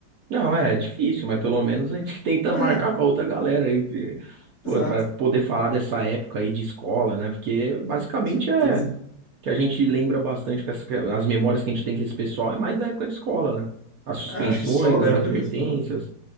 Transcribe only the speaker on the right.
Não, é, é difícil, mas pelo menos a gente <laughs> tenta
marcar com a outra galera aí, que, pô,
para poder falar dessa época aí de escola, né? Porque basicamente
é que a gente lembra bastante com essa, as memórias que a gente tem com esse pessoal é mais da época de escola, né? As suspensões,
as
advertências.